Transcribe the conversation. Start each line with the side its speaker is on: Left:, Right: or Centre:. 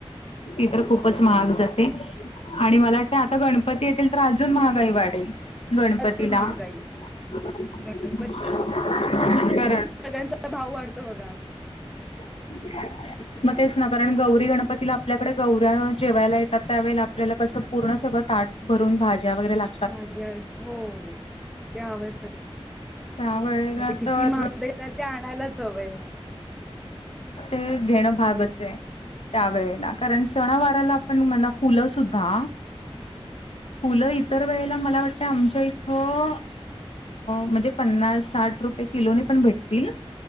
Left: ती तर खूपच महाग जाते आणि मला वाटते, आता गणपती येतील तर, अजून महागाई वाढेल. गणपतीला
Centre: अजून महागाई
Left: <unintelligible>
Centre: गणपतीपासून सगळ्यांचा भाव वाढतो बघा.
Left: ह <inaudible> मग तेच ना कारण गौरी गणपतीला आपल्याकडे गौऱ्या जेवायला येतात त्यावेेळेला आपल्याला कसं पूर्ण सगळं ताट भरून भाज्या वगैेरे ला
Centre: भाज्या हो त्या हव्या अस
Left: त्या वेळेला
Centre: ते किती
Left: तर
Centre: मासले ते आणायलाच हवंय
Left: ते घेणं भागच आहे त्या वेळेला कारण सणावाराला आपण म्हना फुलं सुद्धा फुलं इतर वेळेला मला वाटतं आमच्या इ थं म्हणजे अं पन्नास-साठ रुपये किलोने पण भेटतील